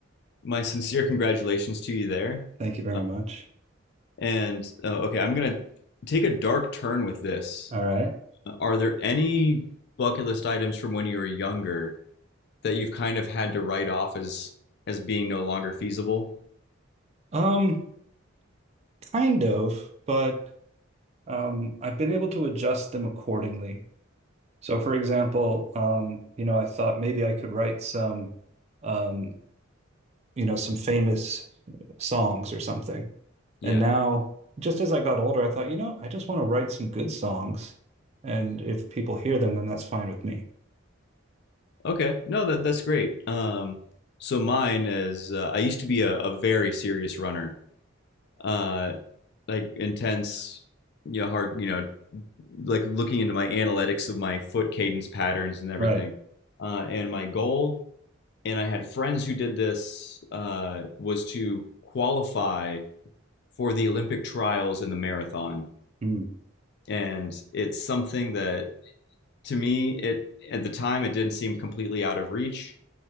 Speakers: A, on the left; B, on the right.
A: My sincere congratulations to you there.
B: thank you very
A: Uh,
B: much
A: and uh, okay, I'm gonna take a dark turn with this.
B: all right
A: Uh, Are there any bucket list items from when you were younger that you've kind of had to write off as as being no longer feasible?
B: um kind of but um I've been able to adjust them accordingly so for example um you know I thought maybe I could write some um you know some famous songs or something
A: Yeah.
B: And now, just as I got older, I thought, you know, I just want to write some good songs. And if people hear them, then that's fine with me.
A: Okay. No, that that's great. Um, so mine is uh, I used to be a, a very serious runner. Uh, like intense, you know, hard, you know, like looking into my analytics of my foot cadence patterns and everything.
B: Right.
A: Uh, and my goal, and I had friends who did this, uh, was to qualify for the Olympic trials in the marathon.
B: Mm.
A: And it's something that to me, it at the time it didn't seem completely out of reach.